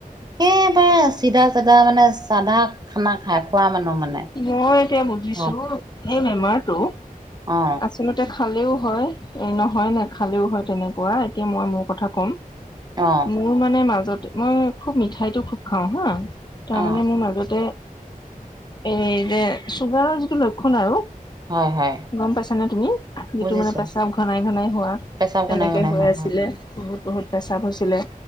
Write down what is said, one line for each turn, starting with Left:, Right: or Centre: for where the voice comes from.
Right: একেবাৰে চিধা চিধা মানে চাধা খানা খাই খোৱা মানুহ মানে।
Left: মই এতিয়া বুজিছো
Right: ভাত
Left: এই বেমাৰটো
Right: অ
Left: আচলতে। খালেওঁ হয় এ নহয় নে খালেওঁ হয় তেনেকুৱা এতিয়া মই মোৰ কথা ক'ম।
Right: অ
Left: মোৰ মানে মাজতে মই খুব মিঠাইতটো খুব খাওঁ হাঁ। তাৰমানে
Right: অ
Left: মোৰ মাজতে। এই যে চুগাৰৰ যিটো লক্ষণ আৰু।
Right: হয় হয়।
Left: গম পাইছ নে তুমি যিটো
Right: বুজিছো
Left: মানে পেচা ঘনাই ঘনাই হোৱা।
Right: পেচাব
Left: তেনেকে
Right: ঘনাই ঘনাই
Left: হৈ
Right: হয়
Left: আছিলে বহুত বহুত প্ৰেচ্ৰাৱ হৈছিলে।